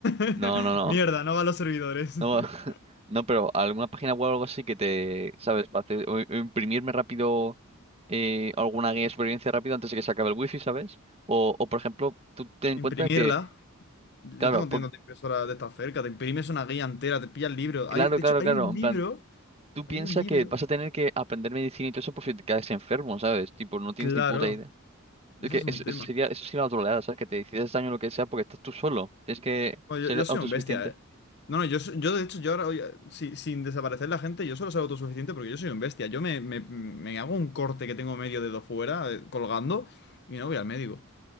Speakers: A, on the left (about 50°); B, on the right (about 30°).
A: <laughs>
B: No, no, no.
A: Mierda, no va a los servidores.
B: No,
A: <laughs>
B: <laughs> no, pero alguna página web o algo así que te, ¿sabes? Para hacer- o- o imprimirme rápido eh, alguna guía de supervivencia rápido antes de que se acabe el wifi, ¿sabes? O, o por ejemplo, tú ten en
A: Imprimirla.
B: cuenta que,
A: Yo
B: claro,
A: tengo
B: porque,
A: tiendas de impresora de esta cerca. Te imprimes una guía entera, te pillas el libro.
B: claro,
A: Hay, de
B: claro,
A: hecho, hay
B: claro,
A: un
B: en
A: libro.
B: plan, tú piensas
A: Hay un libro.
B: que vas a tener que aprender medicina y todo eso por si te caes enfermo, ¿sabes? Tipo, no tienes
A: Claro,
B: ni puta idea. Es
A: eso
B: que
A: es un
B: eso,
A: tema.
B: eso sería, eso sería la troleada, ¿sabes? Que te decides daño lo que sea porque estás tú solo. Tienes que
A: Bueno,
B: ser
A: yo, yo soy
B: autosuficiente.
A: un bestia, eh. No, no, yo, so- yo de hecho, yo ahora, hoy, eh, si- sin desaparecer la gente, yo solo soy autosuficiente porque yo soy un bestia. Yo me, me- me hago un corte que tengo medio dedo fuera, eh, colgando, y no voy al médico.